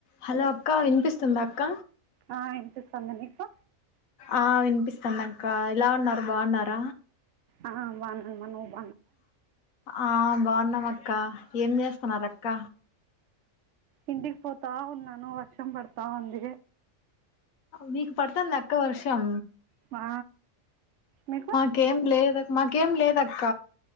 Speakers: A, on the left; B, on the right.
A: Hello అక్క వినిపిస్తుంద అక్క
B: ఆ వినిపిస్తది నీకు
A: ఆ వినిపిస్తాంది అక్క ఎల ఉన్నారు బాగున్నార
B: ఆ బావున్నమ్మ నువ్
A: ఆ బావున్నాం అక్క ఏం చేస్తున్నారక్క
B: ఇంటికి పోతా ఉన్నాను వర్షం పడతా ఉంది
A: మీకు పడుతంద అక్క వర్షం
B: ఆ మీకు
A: <unintelligible> ఏం లేదు మాకేం లేదక్క